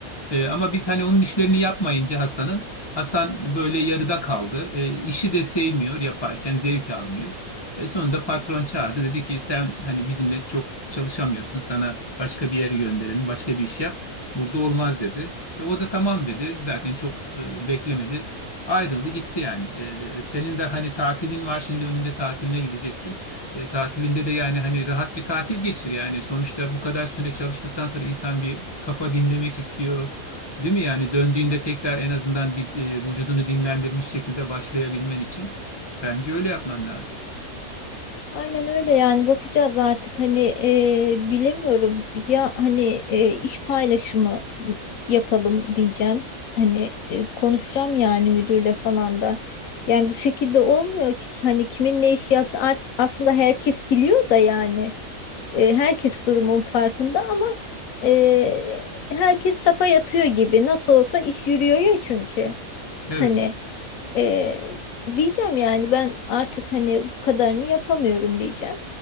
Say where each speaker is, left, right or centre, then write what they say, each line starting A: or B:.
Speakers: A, on the left (about 45°); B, on the left (about 70°).
A: Ee, ama biz hani onun işlerini yapmayınca Hasan'ın Hasan böyle yarıda kaldı. Ee, işi de sevmiyor yaparken zevk almıyor. E, sonunda patron çağırdı dedi ki sen hani bizimle çok çalışamıyorsun sana başka bir yere gönderelim başka bir iş yap. Burada olmaz dedi. Ve o da tamam dedi zaten çok e, beklemedi. Ayrıldı gitti yani. Ee, senin de hani tatilin var şimdi önünde tatiline gideceksin. E, tatilinde de yani hani rahat bir tatil geçir yani sonuçta bu kadar süre çalıştıktan sonra insan bir kafa dinlemek istiyor değil mi yani döndüğünde tekrar en azından bir e, vücudunu dinlendirmiş şekilde başlayabilmen için bence öyle yapman lazım.
B: Aynen öyle yani bakacağız artık hani e, bilemiyorum ya hani e, iş paylaşımı yapalım diyeceğim. Hani e, konuşacağım yani müdürle falan da. Yani bu şekilde olmuyor ki hani kimin ne işi yaptı artık aslında herkes biliyor da yani. E, herkes durumun farkında ama e, herkes safa yatıyor gibi. Nasıl olsa iş yürüyor ya çünkü.
A: Evet.
B: Hani e, diyeceğim yani ben artık hani bu kadarını yapamıyorum diyeceğim.